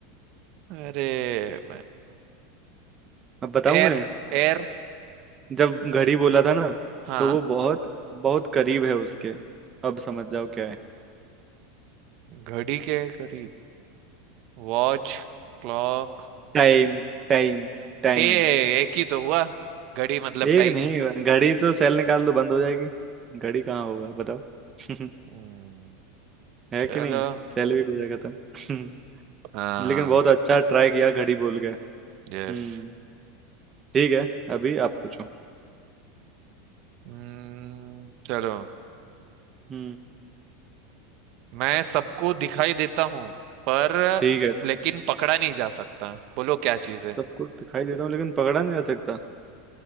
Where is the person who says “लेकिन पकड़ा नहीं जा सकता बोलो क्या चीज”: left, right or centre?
Right